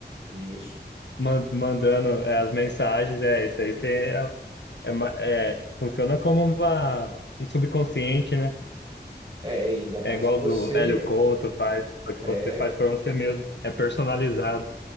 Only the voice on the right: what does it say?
Isso.
É, ainda mais
que você
é